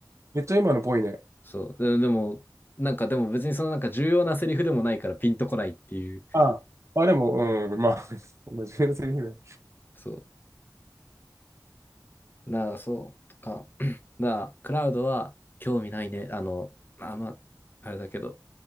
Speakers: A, on the right (about 40°); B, on the left (about 25°).
A: めっちゃ今のぽいね。
B: そう、ででも、なんかでも別にそのなんか重要なセリフでもないからピンとこないっていう、
A: あ、まあでも、うん、まあ、<laughs> 真面目なセリフだ。
B: そう、なあ、そう、とか、<clears throat> なあ、クラウドは興味ないね、あの、あ、まあ、あれだけど、